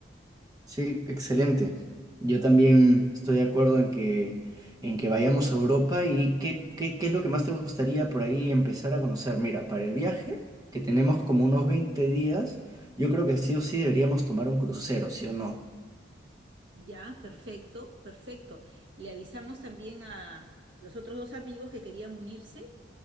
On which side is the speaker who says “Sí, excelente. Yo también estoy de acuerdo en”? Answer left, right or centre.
Right